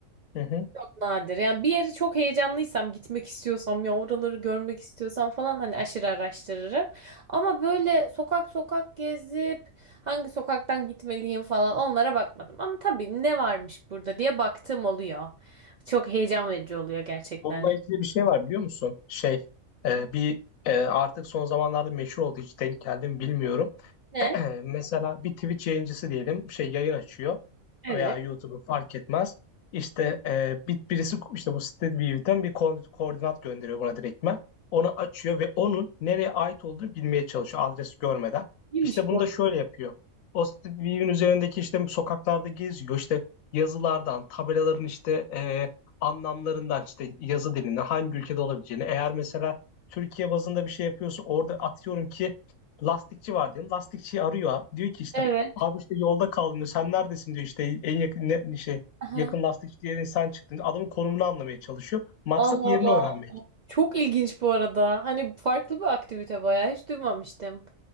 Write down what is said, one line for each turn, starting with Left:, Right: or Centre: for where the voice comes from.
Left: Hı hı.
Right: Çok nadir. Yani bir yeri çok heyecanlıysam, gitmek istiyorsam, ya oraları görmek istiyorsam falan hani aşırı araştırırım. Ama böyle sokak sokak gezip hangi sokaktan gitmeliyim falan onlara bakmadım. Ama tabii ne varmış burada diye baktığım oluyor. Çok heyecan verici oluyor gerçekten.
Left: Bununla ilgili bir şey var biliyor musun? Şey e, bir e, artık son zamanlarda meşhur oldu hiç denk geldim bilmiyorum.
Right: Ne?
Left: <clears throat> Mesela bir Twitch yayıncısı diyelim şey yayın açıyor
Right: Evet.
Left: veya YouTube'u fark etmez. İşte e, bir, birisi işte bu StreetView'den bir ko- koordinat gönderiyor buna direktmen. Onu açıyor ve onun nereye ait olduğunu bilmeye çalışıyor adres görmeden.
Right: İyiymiş
Left: İşte bunu
Right: bu.
Left: da şöyle yapıyor. O StreetView'in üzerindeki işte sokaklarda geziyor işte yazılardan, tabelaların işte e, anlamlarından işte yazı dilinde hangi ülkede olabileceğini. Eğer mesela Türkiye bazında bir şey yapıyorsa orada atıyorum ki lastikçi var diyelim. Lastikçiyi arıyor. Diyor ki işte
Right: Evet.
Left: abi işte yolda kaldım diyor. Sen neredesin diyor işte en yakın ne, şey
Right: Aha.
Left: yakın lastikçi diye sen çıktın. Adamın konumunu anlamaya çalışıyor. Maksat
Right: Allah
Left: yerini
Right: Allah.
Left: öğrenmek.
Right: Çok ilginç bu arada. Hani farklı bir aktivite bayağı hiç duymamıştım.